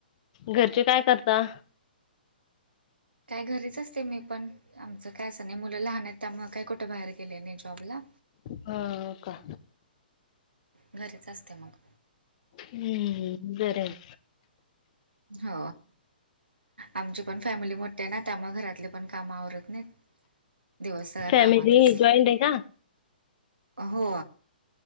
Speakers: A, on the left; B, on the right.
A: घरचे काय करता?
B: काय घरीच असते मी पण. आमचं काय असं नाही. मुलं लहान आहेत त्यामुळं काय कुठं बाहेर गेले नाही जॉब ला.
A: हो का?
B: घरीच असते मग.
A: हम्म. बरय.
B: हो. आमची पण फॅमिली मोठी आहे ना? त्यामुळे घरातले पण काम आवरत नाहीत. दिवस सगळा
A: फॅमिली
B: कामातच.
A: जॉईंट आहे का?
B: हो.